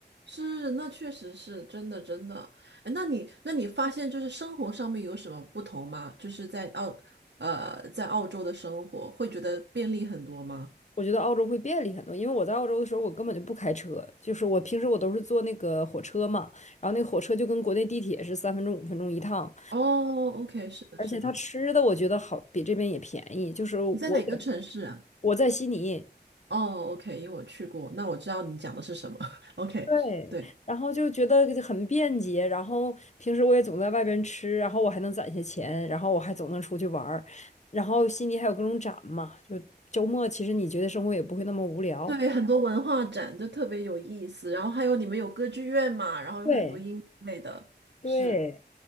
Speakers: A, on the right; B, on the left.
A: 是，那确实是真的，真的。哎，那你，那你发现就是生活上面有什么不同吗？就是在澳，呃，在澳洲的生活会觉得便利很多吗？
B: 我觉得澳洲会便利很多，因为我在澳洲的时候，我根本就不开车，就是我平时我都是坐那个火车嘛，然后那个火车就跟国内地铁是三分钟五分钟一趟，
A: 哦，OK，是的，
B: 而且他吃的我觉得好，
A: 是的。
B: 比这边也便宜，就是我也
A: 你在哪个城市啊？
B: 我在悉尼，
A: 哦，OK，因为我去过，那我知道你讲的是什么。<laughs> OK，
B: 对，
A: 对
B: 然后就觉得很便捷，然后平时我也总在外边吃，然后我还能攒些钱，然后我还总能出去玩儿，然后悉尼还有各种展嘛，就周末其实你觉得生活也不会那么无聊。
A: 对，很多文化展就特别有意思，然后还有你们有歌剧院嘛，然后有很多音乐类的，
B: 对对，
A: 是。